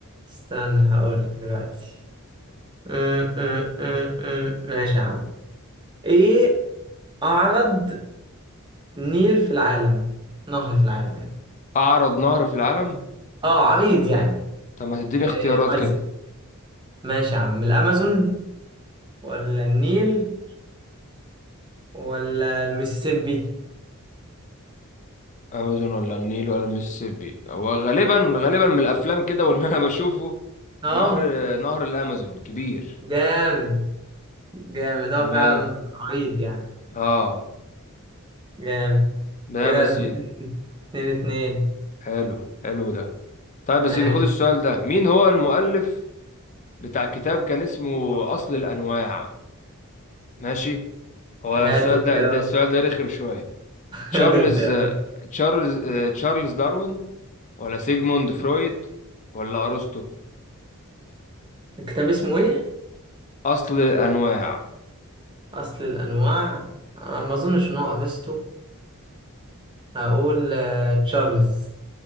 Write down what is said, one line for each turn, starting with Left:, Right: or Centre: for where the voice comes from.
Right: استنى هقول لك دلوقتي أم، أم، أم، أم. ماشي يا عم ايه اعرض نيل في العالم نهر في العالم يعني
Left: أعرض نهر في العالم
Right: اه عريض يعني
Left: طب ما تديني
Right: إيه
Left: اختيارات
Right: واسع
Left: كده
Right: ماشي يا عم الامازون ولا النيل ولا المسيسيبي
Left: امازون ولا النيل ولا المسيسيبي هو غالبا غالبا من الافلام كده واللي انا <laughs> بشوفه
Right: اه
Left: نهر نهر الامازون كبير
Right: جامد جامد اه
Left: تمام
Right: فعلا عريض يعني
Left: اه
Right: جامد
Left: ده
Right: كده
Left: بس
Right: اتنين اتنين اتنين
Left: حلو حلو ده طيب بس
Right: ماشي
Left: خد السؤال ده مين هو المؤلف بتاع كتاب كان اسمه اصل الانواع ماشي هو
Right: هات
Left: السؤال
Right: اختيار
Left: ده, ده السؤال
Right: <laughs>
Left: ده رخم شويه تشارلز
Right: هات اختيار
Left: تشارلز تشارلز داروين ولا سيجموند فرويد ولا ارسطو
Right: الكتاب اسمه ايه؟
Left: اصل الانواع
Right: اصل الانواع آه، ما اظنش ان هو افسطو هقول آه، تشارلز